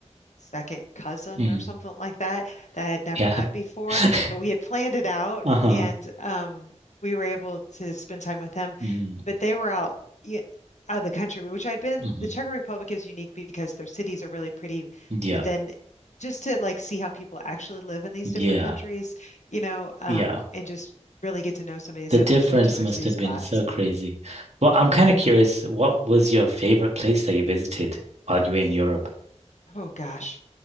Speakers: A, on the left; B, on the right.
A: second cousin
B: Mm.
A: or something like that that I had never
B: Yeah.
A: met before.
B: <laughs>
A: But we had planned it out
B: Uh-huh.
A: and um, we were able to spend time with them.
B: Mm.
A: But they were out, y- out of the country, which I'd been,
B: mm-hmm.
A: the Czech Republic is unique because their cities are really pretty.
B: Yeah,
A: But then just to like see how people actually live in these
B: yeah,
A: different countries, you know, um,
B: yeah.
A: and just really get to know somebody instead
B: The difference
A: of just the touristy
B: must have
A: spots.
B: been so crazy. Well, I'm kind of curious, what was your favorite place that you visited while you were in Europe?
A: Oh gosh.